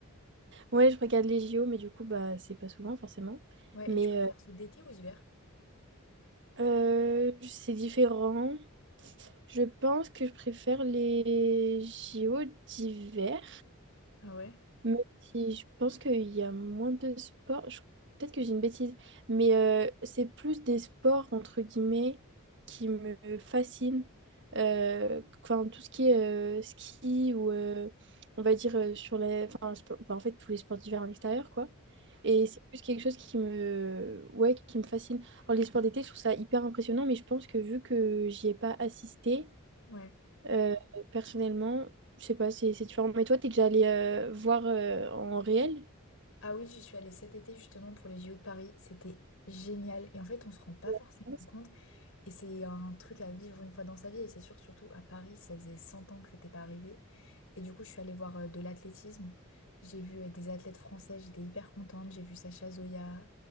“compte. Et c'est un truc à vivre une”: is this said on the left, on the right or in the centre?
Left